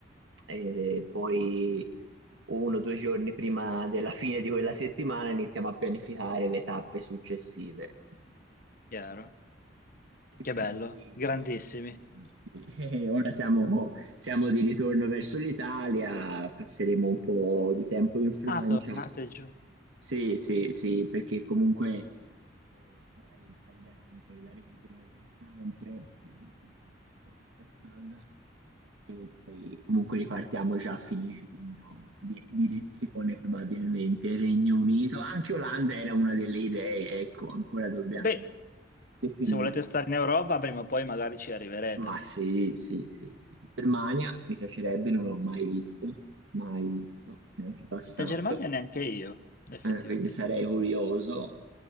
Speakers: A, on the right; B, on the left.
A: e poi uno o due giorni prima della fine di quella settimana iniziamo a pianificare le tappe successive.
B: Chiaro.
A: E
B: Che bello,
A: così,
B: grandissimi.
A: sì, sì. <laughs> Eh, Ora siamo, siamo di ritorno verso l'Italia, passeremo un po' di tempo in Francia
B: Ah, tornate giù.
A: Sì, sì, sì, perché comunque devo fare il tagliando e la revisione del camper, eh, quelle cose che devo fare a casa, e poi comunque ripartiamo già a fine giugno, di- direzione probabilmente Regno Unito, anche Olanda era una delle idee, ecco, ancora dobbiamo
B: Beh,
A: definirla.
B: se volete stare in Europa, prima o poi magari ci arriverete.
A: Ma sì, sì, sì, sì. Germania mi piacerebbe, non l'ho mai visto, mai visto, neanche passato.
B: Da Germania neanche io, effettivamente.
A: eh, quindi sarei curioso.